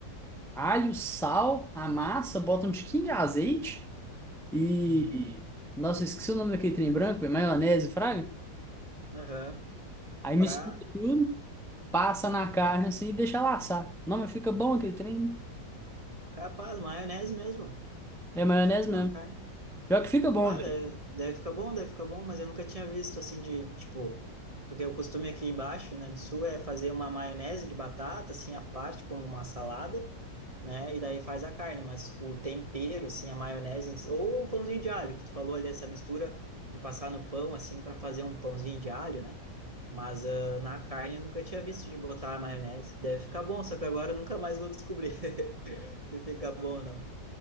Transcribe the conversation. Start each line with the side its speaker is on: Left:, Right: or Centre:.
Centre: alho, sal, a massa, bota um tiquinho de azeite e...
Right: uhum,
Centre: Nossa, eu esqueci o nome daquele trem branco, é maionese, fraga?
Right: Aham.
Centre: Aí mistura
Right: Pra.
Centre: tudo, passa na carne assim e deixa laçar. Não, mas fica bom aquele trem. né?
Right: Capaz, maionese mesmo.
Centre: É maionese
Right: Na
Centre: mesmo.
Right: carne.
Centre: Pior que fica bom,
Right: Bah,
Centre: velho.
Right: deve, deve ficar bom, deve ficar bom, mas eu nunca tinha visto assim de, tipo, porque o costume aqui embaixo, né, no sul é fazer uma maionese de batata, assim, à parte, com uma salada, né, e daí faz a carne, mas o tempero, assim, a maionese, em si- ou o pãozinho de alho, que tu falou ali, essa mistura de passar no pão, assim, para fazer um pãozinho de alho, né, mas ah, na carne eu nunca tinha visto de botar a maionese, deve ficar bom, só que agora eu nunca mais vou descobrir <laughs> se fica bom ou não,